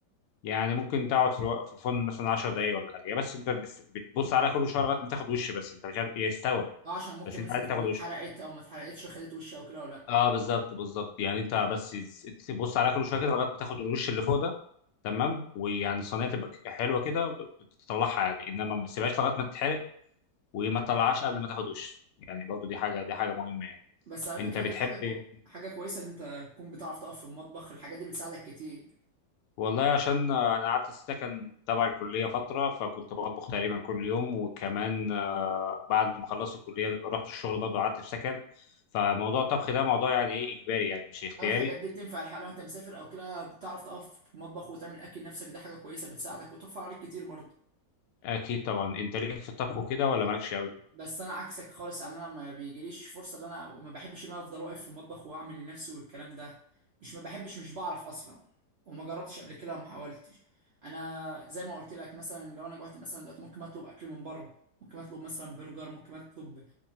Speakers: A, on the left; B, on the right.
A: يعني ممكن تقعد في الو- في الفرن مثلا 10 دقايق ولا حاجه هي بس انت بس بتبص عليها كل شويه لغايه ما تاخد وش بس انت مش عارف هي استوت
B: اه عشان ممكن
A: بس
B: مثلا
A: انت عايز
B: تكون
A: تاخد
B: اتحرقت
A: وش
B: او ما اتحرقتش وخدت وش او كده ولا لا
A: اه بالظبط بالظبط يعني انت بس تبص عليها كل شويه كده لغايه ما تاخد الوش اللي فوق ده تمام ويعني الصينيه تبقى ك- حلوه كده تطلعها يعني انما ما تسيبهاش لغايه ما تتحرق وما تطلعهاش قبل ما تاخد وش يعني برضو دي حاجه دي حاجه مهمه يعني
B: بس على
A: انت
B: فكرة
A: بتحب
B: دي حاجة كو...
A: إيه؟
B: حاجة كويسة إن أنت تكون بتعرف تقف في المطبخ الحاجات دي بتساعدك كتير
A: والله عشان انا قعدت السكن تبع الكليه فتره فكنت بطبخ تقريبا كل يوم وكمان بعد ما خلصت الكليه رحت الشغل برضه قعدت في سكن فموضوع الطبخ ده موضوع يعني ايه اجباري يعني مش اختياري
B: هل الحاجات دي بتنفع الحقيقة لو أنت مسافر أو كده بتعرف تقف في المطبخ وتعمل أكل نفسك دي حاجة كويسة بتساعدك وتوفر عليك كتير برضه
A: اكيد طبعا انت ليك في الطبخ وكده ولا مالكش قوي
B: بس انا عكسك خالص يعني انا ما بيجيليش فرصه ان انا وما بحبش ان انا افضل واقف في المطبخ واعمل لنفسي والكلام ده مش ما بحبش مش بعرف اصلا وما جربتش قبل كده وما حاولتش انا زي ما قلت لك مثلا لو انا جوعت مثلا دلوقتي ممكن اطلب اكل من بره ممكن اطلب مثلا برجر ممكن اطلب